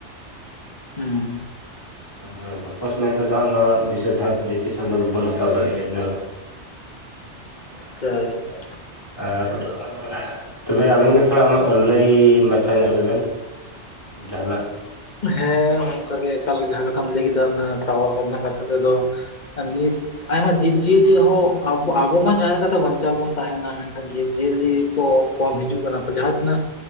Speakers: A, on the left (about 40°); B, on the left (about 20°).
A: ᱦᱩᱸ ᱦᱩᱸ᱾
B: ᱟᱨ ᱜᱚᱯᱚᱥ ᱢᱮᱱ ᱛᱮᱫᱚ ᱦᱟᱸᱜ ᱱᱚᱣᱟ ᱵᱤᱥᱚᱭ ᱛᱮ ᱦᱟᱸᱜ ᱰᱤᱥᱤᱥᱚᱱ ᱫᱚ ᱵᱟᱹᱵᱩᱱ ᱦᱟᱛᱟᱣ ᱫᱟᱲᱮᱭᱟᱜ ᱜᱮᱭᱟ᱾ ᱪᱮᱫᱟᱜ ᱵᱟᱝ <unintelligible>
A: ᱮᱸ᱾
B: ᱟᱨ <unintelligible> ᱛᱚᱵᱮ ᱟᱵᱮᱱ ᱜᱮ ᱛᱷᱚᱲᱟ ᱟᱢᱟᱜ ᱞᱟᱹᱭ ᱢᱟᱪᱷᱟ ᱠᱟᱛᱷᱟ ᱧᱚᱜ ᱞᱮᱵᱮᱱ ᱡᱟᱦᱟᱱᱟᱜ
A: ᱦᱮᱸ ᱚᱱᱠᱟᱜᱮ ᱮᱠᱟᱞ ᱡᱟᱦᱟᱸ ᱠᱟᱛᱷᱟᱢ ᱞᱟᱹᱭ ᱠᱮᱫᱟ ᱚᱱᱟ ᱴᱣᱟ ᱠᱚ ᱨᱮᱱᱟᱜ ᱠᱟᱛᱷᱟ ᱛᱮᱫᱚ ᱟᱨ ᱱᱤᱛ ᱤᱛ ᱟᱭ ᱦᱚᱸ ᱡᱤᱵᱽᱼᱡᱤᱭᱟᱹᱞᱤ ᱦᱚᱸ ᱟᱵᱚ ᱟᱵᱚ ᱢᱟ ᱡᱟᱦᱟᱸ ᱞᱮᱠᱟ ᱛᱮ ᱵᱟᱧᱪᱟᱣ ᱵᱚᱱ ᱛᱟᱦᱮᱱᱟ ᱢᱮᱱᱠᱷᱟᱱ ᱡᱤᱵᱽᱼᱡᱤᱭᱟᱹᱞᱤ ᱠᱚ᱾ ᱠᱚᱢ ᱦᱤᱡᱩᱜ ᱠᱟᱱᱟ ᱠᱚ ᱡᱟᱦᱟᱸ ᱛᱤᱱᱟᱹᱜ,